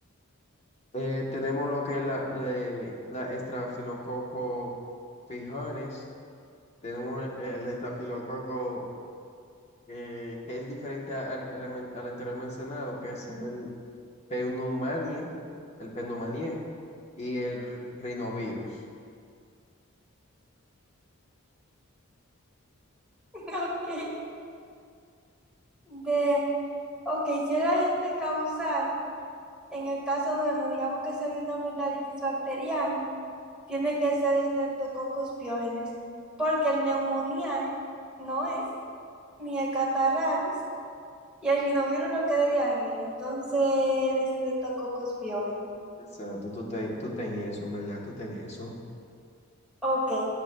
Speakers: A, on the left; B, in the centre.
A: eh, tenemos lo que es la, la, la estrafilococo Fijones, Tenemos el, estafilococo eh, que es diferente a- al, al men- al anterior mencionado, que es el pneumanie, el pneumanie y el ri- rinovirus.
B: Ok. De, ok, si era gente causal, En el caso, bueno, digamos que sea de una amigdalitis bacteriana, tiene que ser Streptococcus pyogenes, porque el Pneumoniae no es, ni el Catarralis, y el rinovirus lo que es de diarrea, entonces el Streptococcus pyogenes.
A: O sea, tú, tú, ten, tú ten eso, en verdad, tú ten eso.
B: Ok,